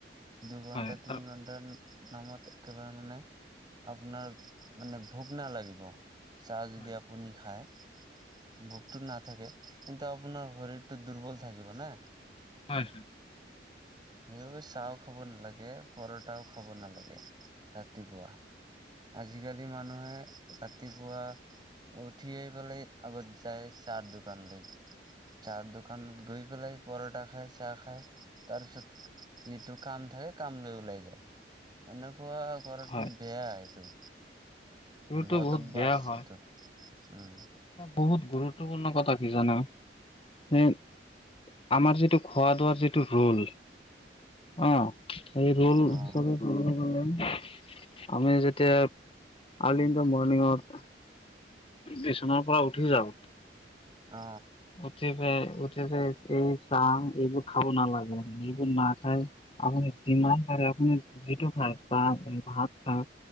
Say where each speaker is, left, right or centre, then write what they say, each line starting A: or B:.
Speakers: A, on the right; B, on the left.
A: দুঘণ্টা
B: হয়
A: তিনি
B: আৰু
A: ঘণ্টাৰ নামত একেবাৰে মানে আপোনাৰ মানে ভোগ নালাগিব চাহ যদি
B: হয়
A: আপুনি খায়। ভোকতটো নাথাকে কিন্তু, আপোনাৰ শৰীৰটো দুৰ্বল থাকিব না!
B: হয়।
A: সেইবোৰ চাহো খাব নালাগে, পৰঠাও খাব নালাগে ৰাতিপুৱা। আজিকালি মানুহে ৰাতিপুৱা উঠি আহি পেলাই আগত যায় চা দোকানলে? যা দোকানত গৈ পেলাই পৰঠা খায় চাহ খাই তাৰপিছত, যিটো কাম থাকে কাম লৈ ওলাই যায়, এনেকুৱা কৰাটো
B: হয়
A: বেয়া এইটো
B: এইবোৰতো
A: বদ
B: বহুত
A: অভ্যাস
B: বেয়া হয়
A: এইটো। উম।
B: বহুত গুৰুত্বপূৰ্ণ কথা কি জানা? সেই আমাৰ যিটো খোৱা দোৱাৰ যিটো ৰোল অ সেই ৰোল
A: অ',
B: হিচাপে আমি যেতিয়া আৰ্লি ইনদা মৰ্ণিঙত বিচনাৰ পৰা উঠি যাওঁ,
A: অ
B: একেবাৰে উঠিযাই এই চাহ এইবোৰ খাব নালাগে, এইবোৰ নাখাই আপুনি যিমান পাৰে আপুনি যিটো খায় চাহ ভাত খায়?